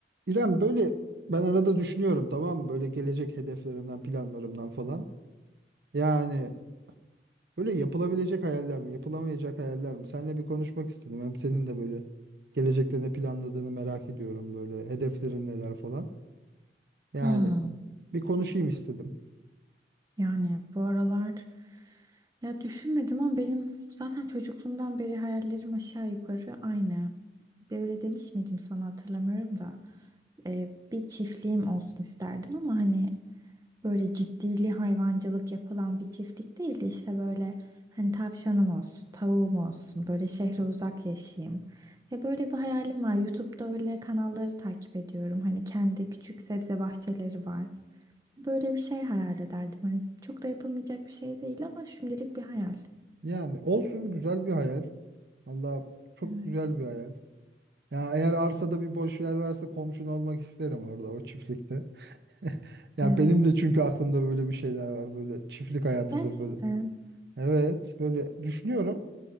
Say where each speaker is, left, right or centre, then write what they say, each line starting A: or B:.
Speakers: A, on the right; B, on the right.
A: İrem böyle ben arada düşünüyorum tamam mı? Böyle gelecek hedeflerimden, planlarımdan falan. Yani böyle yapılabilecek hayaller mi, yapılamayacak hayaller mi? Seninle bir konuşmak istedim. Hem senin de böyle gelecekte ne planladığını merak ediyorum böyle hedeflerin neler falan. Yani
B: Hmm,
A: bir konuşayım istedim.
B: yani bu aralar ya düşünmedim ama benim zaten çocukluğumdan beri hayallerim aşağı yukarı aynı. Böyle demiş miydim sana hatırlamıyorum da Ee, bir çiftliğim olsun isterdim ama hani böyle ciddili hayvancılık yapılan bir çiftlik değil de işte böyle hani tavşanım olsun, tavuğum olsun, böyle şehre uzak yaşayayım. Ya böyle bir hayalim var. YouTube'da öyle kanalları takip ediyorum. Hani kendi küçük sebze bahçeleri var. Böyle bir şey hayal ederdim. Hani çok da yapılmayacak bir şey değil ama şimdilik bir hayal.
A: Yani olsun güzel bir hayal. Valla çok
B: Evet.
A: güzel bir hayal. Ya eğer arsada bir boş yer varsa komşun olmak isterim orada o çiftlikte. <laughs> Ya
B: Evet.
A: benim de çünkü aklımda böyle bir şeyler var. Böyle çiftlik hayatıdır
B: Gerçekten.
A: böyle. Evet, böyle düşünüyorum.